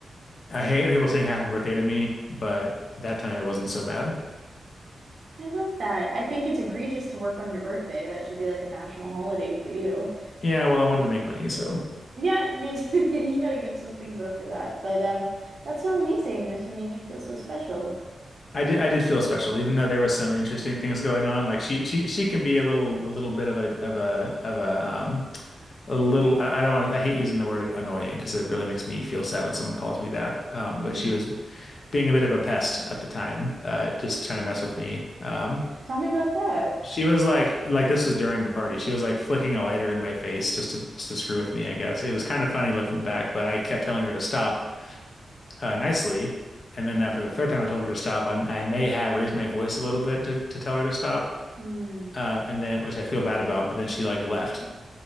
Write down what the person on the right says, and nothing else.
I love that. I think it's egregious to work on your birthday. That should be like a national holiday for you.
Yeah, you <laughs> you gotta give some things up for that. But um, that's so amazing that she made you feel so special.
Mm.
Tell me about that.
Mm.